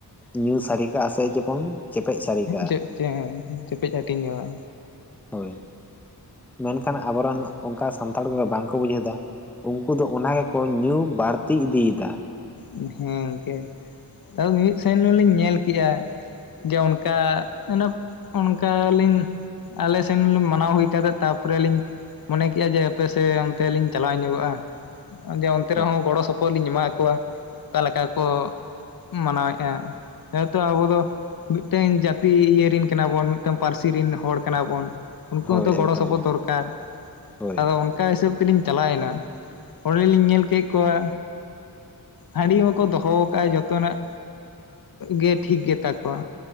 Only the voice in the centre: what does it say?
ᱧᱩ ᱥᱟᱨᱤ ᱠᱟᱜᱼᱟ ᱥᱮ ᱡᱮᱢᱚᱱ ᱪᱮᱯᱮᱡ ᱥᱟᱨᱤ ᱠᱟᱜᱼᱟ᱾
ᱦᱳᱭ ᱢᱮᱱᱠᱷᱟᱱ ᱟᱵᱚᱨᱮᱱ ᱚᱱᱠᱟ ᱥᱟᱱᱛᱟᱲ ᱠᱚᱜᱮ ᱵᱟᱝᱠᱚ ᱵᱩᱡᱷᱟᱹᱣ ᱮᱫᱟ ᱩᱱᱠᱩ ᱫᱚ ᱚᱱᱟᱜᱮ ᱠᱚ ᱧᱩ ᱵᱟᱹᱲᱛᱤ ᱤᱫᱤᱭ ᱫᱟ᱾
ᱦᱳᱭ
ᱦᱳᱭ
ᱮᱠᱫᱚᱢ
ᱜᱮ
ᱦᱳᱭ